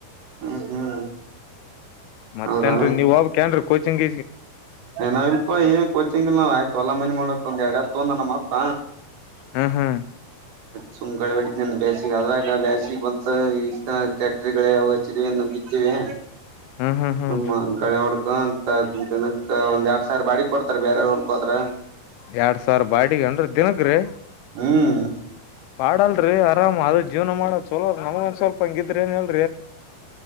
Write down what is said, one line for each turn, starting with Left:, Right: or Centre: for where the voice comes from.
Right: ಹ್ಮ್ ಹ್ಮ್
Left: ಮತ್ತೇಡ್ರಿ
Right: ಹೌದಾ
Left: ನೀವ ಹೋಗಬೇಕ್ರಿ ಏನ್ರಿ ಕೋಚಿಂಗ್
Right: ನಾವ ಇಲ್ಪ ಏನ್ ಕೋಚಿಂಗಿಲ್ಲ ನಾ ಆಯ್ತ ಒಂದು ಎರಡ್ ಹಸು ತಕೊಂಡಣ್ಣ ನಮ್ಮಪ್ಪ
Left: ಹಾ ಹಾ
Right: ಸುಮ್ಗಳ ಹೊಡ ಬೇಸಿಗೆ ಅದ್ರಾಗ ಬೇಸಿಗೆ ಬಂತ ಇಷ್ಟತನ ಟ್ರ್ಯಾಕ್ಟರ್ಗಲು ಹೆಚ್ಚಿವೆ ಬಿಟನೆ
Left: ಹ್ಮ್ ಹ್ಮ್ ಹ್ಮ್
Right: ನಮ್ಮ ಗಾಡಿ <inaudible> ಒಂದ್ ಎರಡ್ ಸಾವಿರ ಬಾಡಿ ಕೊಡ್ತಾರೆ ಬೇರೆವರಾ ಹೊಲಕೆ ಹೋದ್ರೆ
Left: ಎರಡ್ ಸಾವಿರ ಬಾಡಿಗೆ ಅಂದ್ರೆ ದಿನಕ್ರಿ
Right: ಹ್ಮ್
Left: ಪಾಡಲ್ರಿ ಆರಾಮ್ ಅದ ಜೀವನ ಮಾಡ ಚಲೋ ನಮಗೆ ಒಂದ ಸ್ವಲ್ಪ ಹಂಗಿದ್ರೆ ಹೇಳ